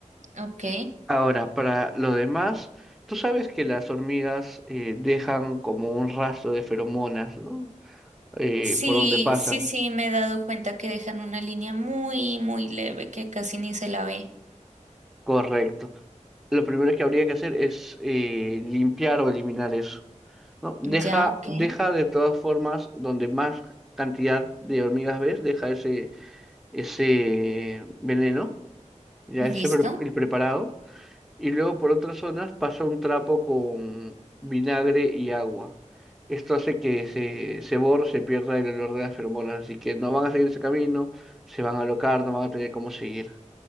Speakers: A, on the right; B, in the centre.
A: ok.
B: Ahora, para lo demás, tú sabes que las hormigas eh, dejan como un rastro de feromonas, ¿no? Eh,
A: Sí,
B: por donde pasan.
A: sí, sí, me he dado cuenta que dejan una línea muy, muy leve que casi ni se la ve.
B: Correcto. Lo primero que habría que hacer es eh, limpiar o eliminar eso, ¿no? Deja,
A: Ya, ok,
B: deja de todas formas, donde más cantidad de hormigas ves, deja ese, ese veneno, ya
A: listo.
B: ese pre- el preparado. y luego por otras zonas pasa un trapo con vinagre y agua. Esto hace que se, se borre, se pierda el olor de las feromonas, así que no van a seguir ese camino, se van a alocar, no van a tener cómo seguir.